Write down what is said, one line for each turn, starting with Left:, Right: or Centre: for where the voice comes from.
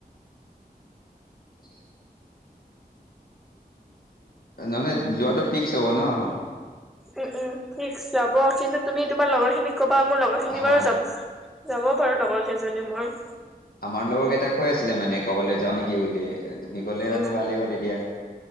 Left: <inaudible> নহ'লে যোৱাটো পিক্স হ'ব ন আমাৰ?
Centre: উ, উ ফিক্স যাব কিন্তু তুমি তোমাৰ লগৰ খিনিক ক'বা, মোৰ লগৰ খিনি
Left: হা
Centre: বাৰু যাব যাব পাৰো লগৰ কেইজনী মোৰ।
Left: আমাৰ লগৰ কেইটাক কৈ আছিলে মানে ক'বালৈ যাওঁ নেকি বুলি। তুমি ক'লে মানে
Centre: উম
Left: ভালে হ'ল এতিয়া।